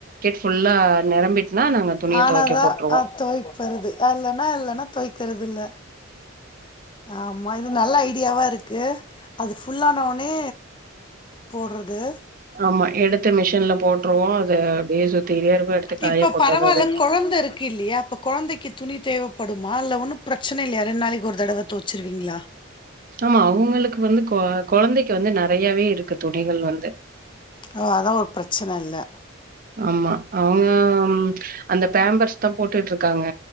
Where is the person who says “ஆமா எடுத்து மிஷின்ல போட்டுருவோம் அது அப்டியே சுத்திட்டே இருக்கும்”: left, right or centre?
Right